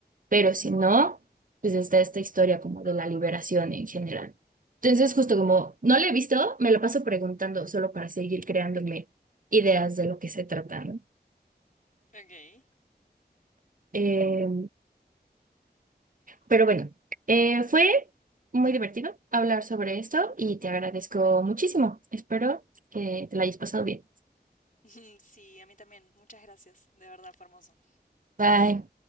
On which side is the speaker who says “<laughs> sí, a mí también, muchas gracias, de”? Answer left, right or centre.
Left